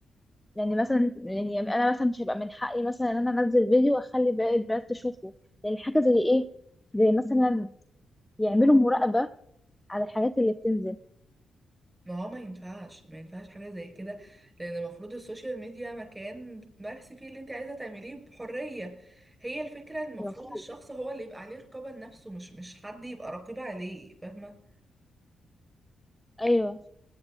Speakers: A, in the centre; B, on the right.
A: يعني مثلا يعني انا مثلا مش هيبقى من حقي مثلا ان انا انزل فيديو واخلي باقي البنات تشوفه يعني حاجه زي ايه زي مثلا يعملوا مراقبة على الحاجات اللي بتنزل
B: ما هو ما ينفعش ما ينفعش حاجة زي كده لان المفروض السوشيال ميديا مكان بتمارسي فيه اللي انت عايزة تعمليه بحرية هي الفكرة إن المفروض
A: المفروض
B: الشخص هو اللي يبقى عليه رقابة لنفسه مش مش حد يبقى رقيب عليه فاهمة
A: ايوه